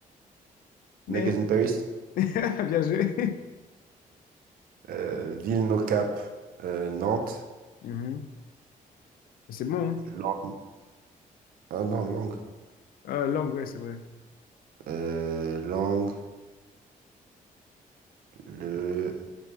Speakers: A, on the left (about 80°); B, on the right (about 85°).
A: Mais-
B: Naked in Paris,
A: <laughs> Bien joué.
B: euh, ville No Cap euh, Nantes,
A: Mhm. C'est bon, hein?
B: Lang- ah non, langue,
A: Ah, langue, ouais, c'est vrai.
B: euh, langue, le...